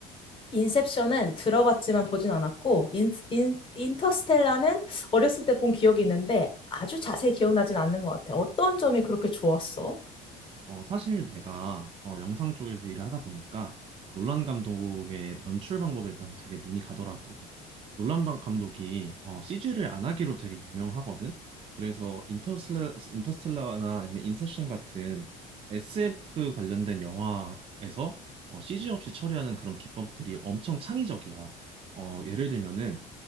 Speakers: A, on the left (about 30°); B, on the right (about 35°).
A: 인셉션은 들어봤지만 보진 않았고, 인, 인, 인터스텔라는 어렸을 때 본 기억이 있는데 아주 자세히 기억나진 않는 것 같아. 어떤 점이 그렇게 좋았어?
B: 어, 사실 내가 어, 영상 쪽에서 일을 하다 보니까 놀란 감독의 연출 방법에 난 되게 눈이 가더라고. 놀란 방 감독이 CG를 안 하기로 되게 유명하거든. 그래서 인터스텔라, 인터스텔라나 아니면 인셉션 같은 SF 관련된 영화에서 어, CG 없이 처리하는 그런 기법들이 엄청 창의적이야. 어, 예를 들면은